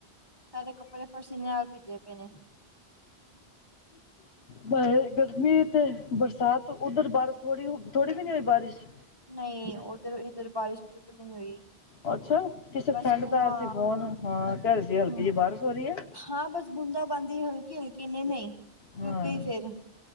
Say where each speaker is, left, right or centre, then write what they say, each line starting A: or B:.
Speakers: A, on the left; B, on the left.
A: ਸਾਡੇ ਕੱਪੜੇ ਪਸੀਨੇ ਨਾਲ ਭਿੱਜੇ ਪਏ ਨੇ।
B: ਬ ਗਰਮੀ ਤੇ ਬਰਸਾਤ ਉੱਧਰ ਬਾਰਿਸ਼ ਥੋੜੀ, ਥੋੜੀ ਵੀ ਨੀ ਹੋਈ ਬਾਰਿਸ਼
A: ਨਹੀਂ, ਉੱਧਰ ਇੱਧਰ ਬਾਰਿਸ਼ ਬਿਲਕੁਲ ਵੀ ਨਹੀਂ ਹੋਈ।
B: ਅੱਛਾ, ਕਿਸੇ
A: ਬਸ
B: ਫਰੈਂਡ
A: ਘੁੰਮਾ
B: ਦਾ ਆਇਆ ਸੀ ਫੋਨ ਹਾਂ ਕਹਿ ਰਹੇ ਸੀ ਹਲਕੀ
A: ਘੁੰਮ
B: ਜਿਹੀ ਬਾਰਿਸ਼ ਹੋ ਰਹੀ ਹੈ।
A: ਹਾਂ ਬਸ ਬੂੰਦਾ ਬਾਂਦੀ ਹਲਕੀ-ਹਲਕੀ ਨੇ ਨਹੀਂ,
B: ਹਾਂ
A: ਰੁਕ ਗਈ ਫਿਰ